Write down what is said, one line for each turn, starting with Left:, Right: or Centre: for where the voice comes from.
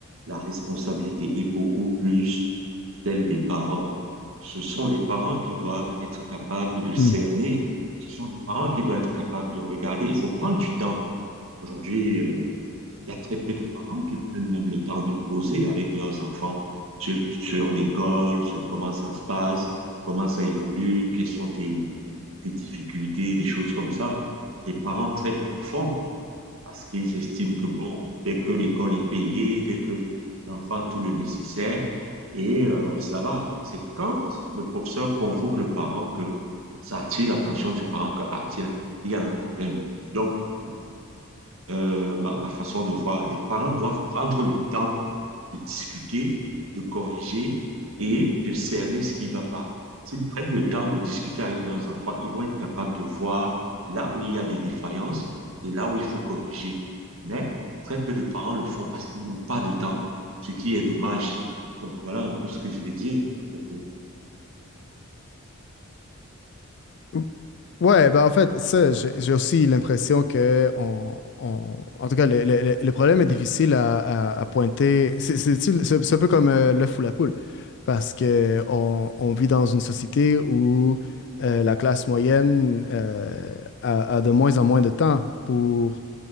Right: la responsabilité est beaucoup plus celle des parents. Ce sont les parents qui doivent être capables de cerner.
Left: Hmm.
Right: Ce sont les parents qui doivent être capables de regarder. Il faut prendre du temps. Aujourd'hui, euh, il y a très peu de parents qui prennent même le temps de causer avec leurs enfants sur, sur l'école, sur comment ça se passe, comment ça évolue, quelles sont tes, tes difficultés, des choses comme ça. Les parents très peu le font parce qu'ils estiment que, bon, dès que l'école est payée, dès que l'enfant a tout le nécessaire, et euh, ça va. C'est quand le professeur convoque le parent que ça attire l'attention du parent que, ah tiens, il y a un problème. Donc, voilà euh, ma, ma façon de voir. Les parents doivent prendre le temps de discuter, de corriger et de cerner ce qui ne va pas. S'ils prennent le temps de discuter avec leurs enfants, ils vont être capables de voir là où il y a des défaillances et là où il faut corriger. Mais très peu de parents le font parce qu'ils n'ont pas de temps, ce qui est dommage. Donc voilà un peu ce que je vais dire à propos.
Left: Mhm. Ouais, ben en fait, ça, j'ai j'ai aussi l'impression que on, on- en tout cas, le, le- le- le problème est difficile à, à- à pointer. C'est c'est- c'est- c'est- c'est un peu comme euh, l'œuf ou la poule, parce que on, on vit dans une société où euh, la classe moyenne euh, a, a de moins en moins de temps pour